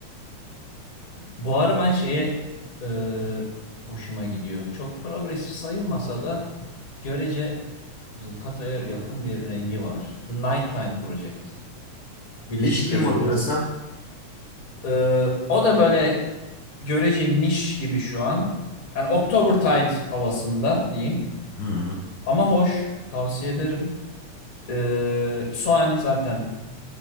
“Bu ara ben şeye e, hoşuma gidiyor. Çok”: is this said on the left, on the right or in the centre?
Left